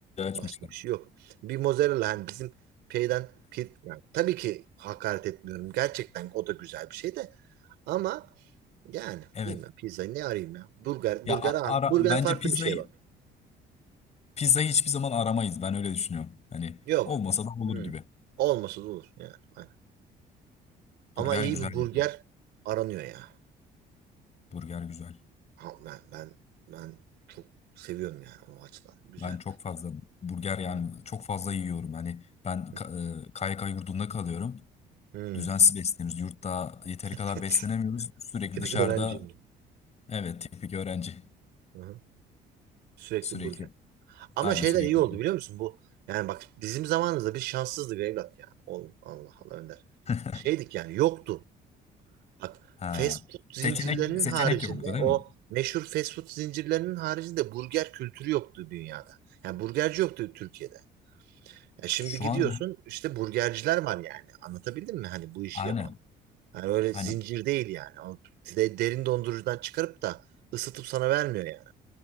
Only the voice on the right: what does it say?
Başka bir şey yok. Bir mozzarella hani bizim şeyden pi- yani tabii ki hakaret etmiyorum. Gerçekten o da güzel bir şey de ama yani
bilmem pizzayı ne arayayım ya. Burger,
burger
abi.
Burger
farklı
bir şey bak.
Yok.
Hmm.
Olmasa da olur yani. Aynen. Ama
iyi
bir
burger aranıyor ya.
Ha, ben ben ben çok seviyorum yani o açıdan. Güzel.
Hı
hı.
hı.
<laughs>
Tipik
öğrenciyim.
Hı hı. Sürekli
burger. Ama
şeyler
iyi oldu biliyor musun? Bu yani bak bizim zamanımızda biz şanssızdık evlat ya. Oğlum Allah Allah Önder.
Şeydik yani yoktu. Bak
fast food zincirlerinin
haricinde
o
meşhur fast food zincirlerinin haricinde burger kültürü yoktu dünyada. Yani burgerci yoktu Türkiye'de. Ya şimdi
gidiyorsun
işte burgerciler var yani. Anlatabildim mi? Hani bu işi
yapan. Yani öyle
zincir değil yani. O de- derin dondurucudan çıkarıp da ısıtıp sana vermiyor yani.